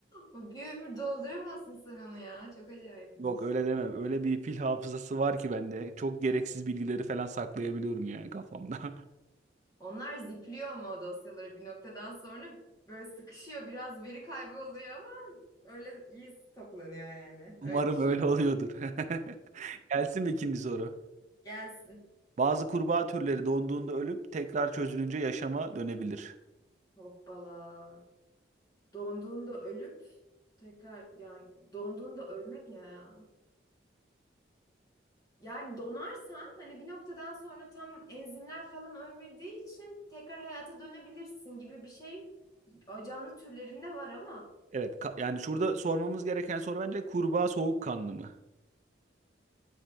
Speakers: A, on the left; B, on the right.
A: O bir ömür dolduramazsın sen onu ya. Çok acayipmiş.
B: Yok öyle demem. Öyle bir fil hafızası var ki bende. Çok gereksiz bilgileri falan saklayabiliyorum yani kafamda. <laughs>
A: Onlar zipliyor ama o dosyaları bir noktadan sonra böyle sıkışıyor. Biraz veri kaybı oluyor ama öyle iyi stoklanıyor yani.
B: Umarım
A: Öyle düşün.
B: öyle oluyordur. <laughs> Gelsin mi ikinci soru?
A: Gelsin.
B: Bazı kurbağa türleri donduğunda ölüp tekrar çözülünce yaşama dönebilir.
A: Hoppala. Donduğunda ölüp tekrar yani donduğunda ölmek ne ya. Yani donarsan hani bir noktadan sonra tam enzimler falan ölmediği için tekrar hayata dönebilirsin gibi bir şey. Canlı türlerinde var ama
B: Evet, ka- yani şurada sormamız gereken soru bence kurbağa soğukkanlı mı?